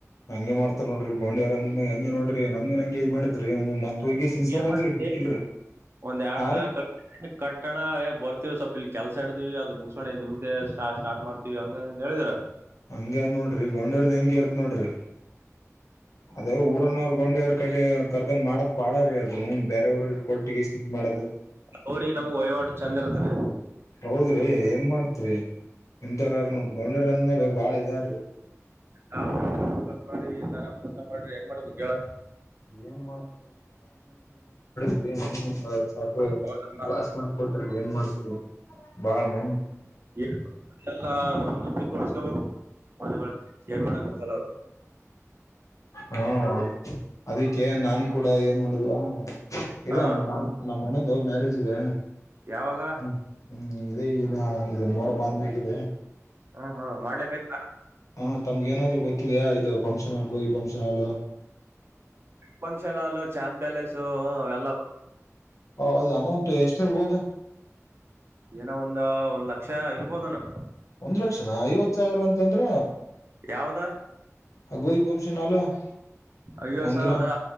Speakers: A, on the left; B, on the right.
A: ಹಂಗೆ ಮಾಡ್ತಾರ್ ನೋಡ್ರಿ ಗೋಂಡಿವರಂದ ಹಂ ನೋಡಿ ನಮ್ಗನ್ ಹಂಗೆ ಹಿಂಗ್ ಮಾಡಿದ್ರಿ. ಮತ್ ಹೋಗಿ
B: <unintelligible>
A: ಸಿನ್ಸ್ಕೊಂಡ್ ಬಂದಿರಿ ಬಿಟ್ಟಿಲ್ರಿ
B: ಒಂದ್ ಎರಡ್
A: ಹಾ
B: ತರ
A: ರೀ
B: ಕ ಕಟ್ಟಣ ಬರ್ತೀವ ಸೊಪ್ಪ. ಕೆಲ್ಸ ಹಡ್ದೀವಿ ಅದು ಮುಗಸೋಣಿ ನಿಮ್ಗೆ ಸ್ಟಾರ್ಟ ಮಾಡ್ತಿವಿ ಹಂಗ ಹೇಳಿದ್ರ.
A: ಹಂಗ್ಯ ನೋಡ್ರಿ ಗೋಡಲ್ದ ಹೆಂಗಗೆ ಇರ್ತ್ ನೋಡ್ರಿ. ಅದೇ ಊರನ್ನವರು ಗೊಂಡಿ ಅವ್ರ ಕಡೆ ಕರ್ಕೊಂಡ್ ಮಾಡದ್. ಮಾಡೀ ಅದು ಹನ್ ಬೇರೆವ್ರ ಕೊಟ್ಟಿಗೆ <unintelligible> ಮಾಡದು.
B: ಅವ್ರಿಗೆ ನಮಗ್ ವಹಿವಾಟು ಚಂದ ಇರ್ತದೆ
A: ಹೌದ್ರಿ ಏನ್ ಮಾಡ್ತ್ರಿ ಇಥರ ನೋಡ್ಕೊಂಡರ್ ಅಂದ್ಮೇಲೆ ಬಾಳ ಇ ಇದ.
B: ನಾವತ್ ಮಾಡ್ರಿ ಈ ತರ ಮೋಸ ಮಾಡ್ರಿ ಹೆಂಗ್ ಮಾಡ್ಬೇಕು ಕೇಳ.
A: ಏನ್ <unintelligible>
B: ಹೌದಮ್ಮ
A: ಕ್ಲಾಸ್ ಮ ಕೊಟ್ರ ಏನ್ ಮಾಡ್ತರಿ ಬಾಳ ಮ.
B: <unintelligible> ನಂಬಿಕೆ ಉಡ್ಸ್ಕೋಬೇಕು ಮನೆ. ಕೇರ್ ಮಾಡಕ್ ಆಗಲ್ಲ ಅವರು.
A: ಹಾ ಅದಕ್ಕೆ ನಾನ್ ಕೂಡ ಏನ್ ಮಾಡಿದ್ವಾ. ಇದ
B: ಹಾ
A: ನಮ್ಮಣ ನಮ್ಮ ಅಣ್ಣಂದು ಮ್ಯಾರೇಜ್ ಇದೆ.
B: ಯಾವಾಗ.
A: ಹ್ಮ್ ಹ್ಮ್ ಇದೇ ಈ ಇದು ಮೋರ ಬಂದ ಮಾಗಿದೆ. <inaudible>
B: ಹಾ ಹಾ ಮಾಡ್ಲೇಬೇಕ.
A: ಹಾ ತಮ್ಗೆ ಏನಾದ್ರು ಗೊತ್ತಿದೆಯಾ ಇದು ಫಂಕ್ಷನ್ಲ್ಲಿ ಕೋಗಿ ಫಂಕ್ಷನ್ ಅಲ್.
B: ಫಂಕ್ಷನ್ಲ್ ಚಾಂದ್ ಪ್ಯಾಲೇಸುಲ್ಲ.
A: ಹ ಅದು ಅಮೌಂಟ್ ಎಷ್ಟ್ ಇರ್ಬೋದು.
B: ಏನೋ ಒಂದ ಒಂದ್ ಲಕ್ಷ ಇರ್ಬೋದನ.
A: ಒಂದ್ ಲಕ್ಷನ ಐವತ್ ಸಾವಿರ ಅಂತಂದ್ರ.
B: ಯಾವದ.
A: <unintelligible>
B: ಐವತ್ತುಸಾವ
A: ಒಂದಿನ
B: ಅಂದ್ರ